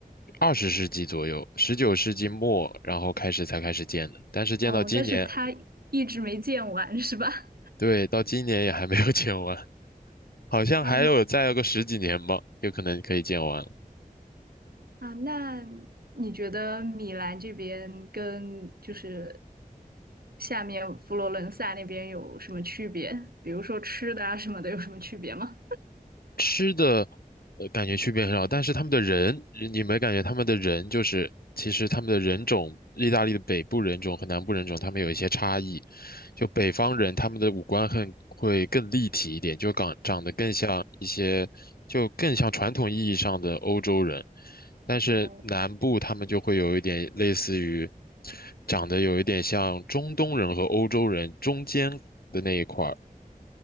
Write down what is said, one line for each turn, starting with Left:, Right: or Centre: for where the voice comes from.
Left: 二十世纪左右，十九世纪末，然后开始才开始建的，但是建到今年，
Right: 哦，但是他一直没见完，是吧？
Left: 对，到今年也还没有 <laughs> 建完，好像还有再有个十几年吧，
Right: 嗯
Left: 有可能可以建完。
Right: 啊，那你觉得米兰这边跟就是下面佛罗伦萨那边有什么区别？比如说吃的啊什么的，有什么区别吗？
Left: 吃的，呃，感觉区别很少，但是他们的人，你没感觉他们的人就是，其实他们的人种，意大利的北部人种和南部人种，他们有一些差异。就北方人，他们的五官很会更立体一点，就长长得更像一些，就更像传统意义上的欧洲人。但是南部他们就会有一点类似于，
Right: 哦，
Left: 长得有一点像中东人和欧洲人中间的那一块儿。